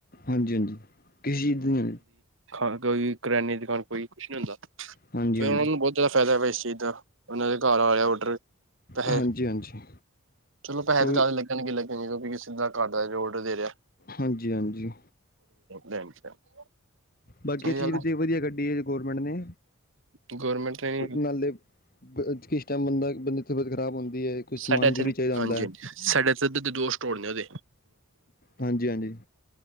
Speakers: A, on the left (about 40°); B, on the right (about 65°).
A: ਹਾਂਜੀ-ਹਾਂਜੀ ਕਿਸੇ ਚੀਜ਼ ਦੀਆਂ
B: ਖਾਂ ਗਈ ਕਰਿਆਨ ਦੀ ਦੁਕਾਨ ਕੋਈ ਕੁਛ ਨੀ ਹੁੰਦਾ
A: ਹਾਂਜੀ-ਹਾਂਜੀ,
B: ਫਿਰ ਉਹਨਾਂ ਨੂੰ ਬਹੁਤ ਜ਼ਿਆਦਾ ਫਾਇਦਾ ਸ਼ੇਦਾ ਉਹਨਾਂ ਦੇ ਘਰ ਆਗਿਆ ਔਡਰ ਪੇਹੇ
A: ਹਾਂਜੀ-ਹਾਂਜੀ
B: ਚਲੋ ਪੇਹੇ
A: ਉਹੀ
B: ਤਾਂ ਜ਼ਿਆਦਾ ਲੱਗਣ ਗੇ ਲਗਣਗੇ ਉਨਾ ਦਾ ਬੀ ਸਿੱਧਾ ਘਾਟ ਰੋਡ ਦਾ ਆਰਡਰ ਦੇ ਰਿਹਾ ਹੈ
A: ਹਾਂਜੀ-ਹਾਂਜੀ
B: ਲੈਣ ਸਹੀ
A: ਬਾਕੀ ਇਹ ਚੀਜ਼
B: ਗੱਲ
A: ਵਧ ਵਧੀਆ ਗੱਡੀ ਹੈ ਗੌਰਮੈਂਟ ਨੇ
B: ਹੈ ਗੌਰਮੈਂਟ ਨੇ
A: ਨਾਲੇ ਕਿਸ ਟਾਈਮ ਬੰਦਾ ਬੰਦੇ ਤਬੀਯਤ ਖਰਾਬ ਹੁੰਦੀ ਹੈ ਕੁਛ
B: ਸਾਡੇ
A: ਸਮਾਨ
B: ਇੱਥੇ
A: ਜ਼ਰੂਰੀ ਚਾਹੀਦਾ ਹੁੰਦਾ
B: ਹਾਂਜੀ-ਹਾਂਜੀ
A: ਹੈ
B: ਸਾਡੇ ਇਥੇ ਦੋ ਸਟੋਰ ਨੇ ਉਹਦੇ
A: ਹਾਂਜੀ-ਹਾਂਜੀ